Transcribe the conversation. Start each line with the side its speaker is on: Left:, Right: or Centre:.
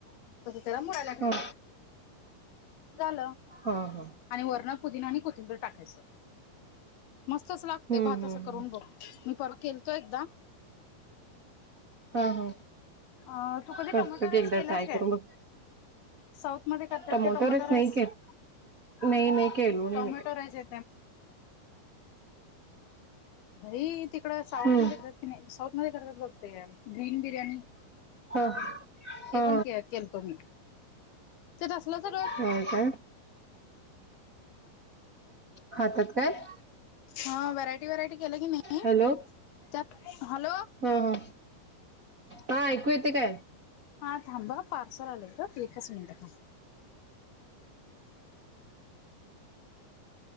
Left: तसं त्याला मुरायला
Right: हां,
Left: ठेवायचं. झालं.
Right: हा हा.
Left: आणि वरन पुदिना आणि कोथिंबीर टाकायचं. मस्तच लागतंय
Right: हम्म
Left: भात
Right: हम्म
Left: असं करून बघ. मी परवा केलतो एकदा.
Right: हा हा.
Left: अ तू कधी
Right: करतो
Left: टोमॅटो राइस
Right: की एकदा
Left: केल्यास
Right: ट्राय
Left: काय.
Right: करून बघ
Left: साउथ मध्ये करत्यात
Right: टमॅटो
Left: तो टोमॅटो
Right: रस
Left: राइस
Right: नाही के नाही नाही केलो नाही
Left: टोमॅटो
Right: मी
Left: राइस ये भाई तिकडं साउथ
Right: हम्म
Left: मध्ये करतात की नाही साउथ मध्ये करतात बघ ते ग्रीन बिर्याणी.
Right: हा हा
Left: ते पण के केल तो मी. तिथ तसलंच अ
Right: हा काय खात्यात काय.
Left: हा व्हरायटी व्हरायटी केलं कणी
Right: हॅलो
Left: त्यात हॅलो.
Right: हा हा हा ऐकू येते काय.
Left: हा थांब हं पार्सल आलेय गं एकच मिनटं थांब.